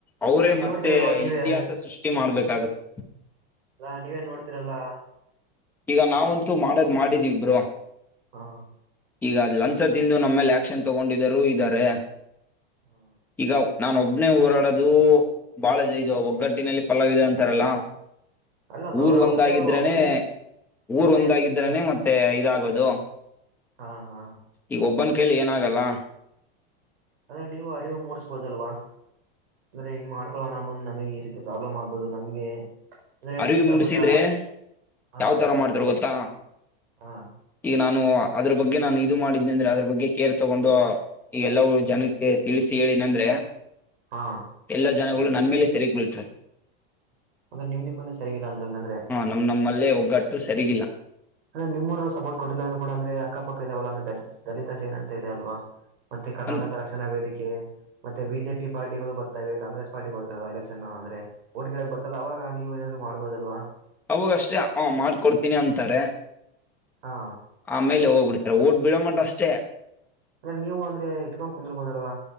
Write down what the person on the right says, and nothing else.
ಈಗ
ನೋಡ್ತಿರಲ್ವಾ ನೀವೇ
ಅಲ್ಲಾ ನೀವೇನ್ ನೋಡ್ತೀರಲ್ಲಾ?
ಹಾ
ಹಾ
ಅಲ್ಲ ಬ್ರೋ
ನಾವ್
ಒಬ್ರೇ ಒಬ್ರೇ
ಒಬ್ರೇ
ಅಂತಂತಿಲ್ಲ
ಹಾ ಹಾ
ಆದ್ರೆ ನೀವು ಅರಿವು ಮೂಡ್ಸ್ಬೋದಲ್ವ? ಅಂದ್ರೆ ಹಿಂಗ ಮಾಡ್ಕೊಳಣ ಮುಂದ ನಮಗ ಈ ರೀತಿ ಪ್ರಾಬ್ಲಮ್ ಆಗ್ಬೋದು ನಮ್ಗೆ. ಅಂದ್ರೆ
ಚಿಕ್ಕಪುಟ
ಹಾ
ಹಾ
ಹಾ
ಅಂದ್ರೆ ನಿಮ್ಮ ನಿಮ್ಮೇ ಸರಿ ಇಲ್ಲ ಅಂದಂಗಂದ್ರೆ?
ಅಂದ್ರ ನಿಮ್ಮ ಊರಲ್ಲೂ ಸಪೋರ್ಟ್ ಕೊಟ್ಟಿಲ್ ಅಂದ್ರ ಕೂಡಂದ್ರೆ ಅಕ್ಕ ಪಕ್ಕ ಇದಾವಲ್ಲ ಅ್ರ ದಲಿತ ದಲಿತಾ ಸೇನಾ ಅಂತ್ ಇದೆ ಅಲ್ವಾ? ಮತ್ತೆ ಕರ್ನಾಟಕ
ರಕ್ಷಣಾ ವೇದಿಕೆ ಮತ್ತೆ ಬಿಜೆಪಿ ಪಾರ್ಟಿಗಳು ಬರ್ತವೆ ಕಾಂಗ್ರೆಸ್ ಪಾರ್ಟಿ ಬರ್ತಾವೆ ಎಲೆಕ್ಷನ್ ಅಂದ್ರೆ ವೋಟ್ ಕೆಳಕ್ ಬರ್ತಾರ ಅಲಾ ಅವಾಗ ನೀವ ಏನಾದ್ರು ಮಾಡ್ಬೋದಲ್ವಾ?
ಹಾ
ಅಂದ್ರೆ ನೀವು ಅಂದ್ರೆ ಇಟ್ಕೊಂಡ್ ಕುಂದರ್ಬೋದಲ್ವಾ?